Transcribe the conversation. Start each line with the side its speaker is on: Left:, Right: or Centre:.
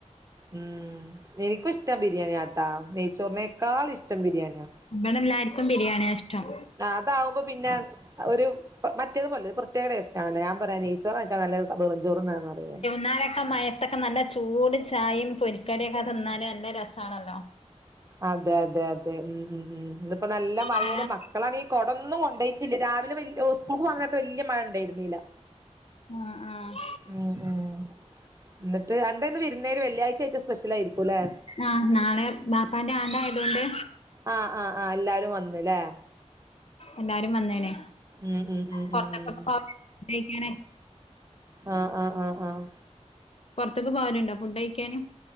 Right: ഉം എനിക്കും ഇഷ്ടം ബിരിയാണിയാട്ടാ നെയ്ച്ചോറിനേക്കാളും ഇഷ്ടം ബിരിയാണിയാ
Left: ബ്ടെ എല്ലാർക്കും ബിരിയാണിയാ ഇഷ്ടം
Right: ആഹ് അതാവുമ്പൊ പിന്നെ ആഹ് ഒരു മറ്റേത് പോലെ ഒരു പ്രത്യേക ടേസ്റ്റാണല്ലേ ഞൻ പറയാ നൈച്ചോറാര്കാവാണ്ടി <unintelligible> വെറും ചോറ് തിന്നാറയും
Left: നാളൊക്കെ മഴേ ഇതൊക്കെ നല്ല ചൂട് ചായയും പൊരിക്കടിയൊക്കെ തിന്നാല് നല്ല രസാണല്ലോ
Right: അതെ അതെ അതെ ഉം ഉം ഉം ഇന്ന്പ്പോ നല്ല മഴേണ്
Left: ആഹ്
Right: മക്കളാണേ കൊടൊന്നും കൊണ്ടയി ട്ടില്ല രാവിലെ വല്ലൃ സ്കൂൾക് പോണെനേരത്ത് വല്ലൃ മഴ ഇണ്ടേരിന്നില്ലാ
Left: ആഹ് ആഹ്
Right: ഉം ഉം ന്നിട്ട് എന്തായന്ന് വിരുന്നേര് വെള്ളിയാഴ്ചായിട്ട് സ്പെഷ്യലായിരിക്കുംല്ലേ
Left: ആഹ് നാളെ ബാപ്പാന്റെ ആണ്ടായത് കൊണ്ട്
Right: ആഹ് ആഹ് ആഹ് എല്ലാരും വന്നുലേ
Left: എല്ലാരും വന്നേണേ
Right: ഉം ഉം ഉം
Left: പൊറ്തൊ
Right: ഉം ഉം
Left: <unintelligible> ക്കെ
Right: ആഹ് ആഹ് ആഹ് ആഹ്
Left: പൊറത്ത്ക്ക് പോവലുണ്ടോ ഫുഡ്ഡൈഴിക്കാന്